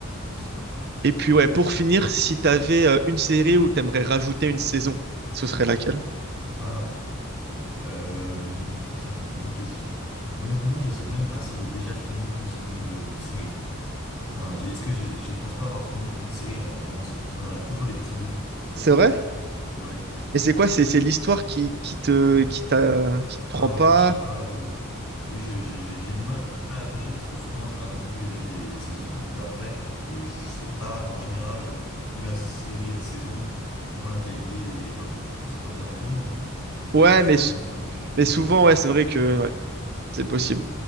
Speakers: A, on the left (about 80°); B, on the right (about 45°).
A: Je sais pas.
B: Et puis ouais, pour finir, si t'avais avais une série où t'aimerais rajouter une saison, ce serait laquelle?
A: Ah. Euh, ça, c'est une bonne question. Honnêtement, je sais même pas si j'ai déjà fini une saison de, de série. Enfin, j'ai- est-ce que j'ai- je pense pas avoir fini une série en, en entier. Moi, j'en ai toujours des petits bouts,
B: C'est vrai?
A: en fait. Ouais.
B: Mais c'est quoi? C'est c'est l'histoire qui, qui te qui t'a qui te prend
A: Ah
B: pas?
A: ouais, je sais pas. euh, Oui, je- je- j'ai j'ai du mal à accrocher parce que souvent, je regarde un petit peu les avis des, des saisons d'après et je sais pas, en général, euh, plus la série a de saisons, moins la qualité est bonne. Bon, c'est pas le cas pour tout le monde, mais
B: Ouais,
A: quand
B: mais
A: il y a commencé à avoir 7-8
B: mais souvent
A: saisons,
B: ouais,
A: euh,
B: c'est vrai que ouais, C'est possible.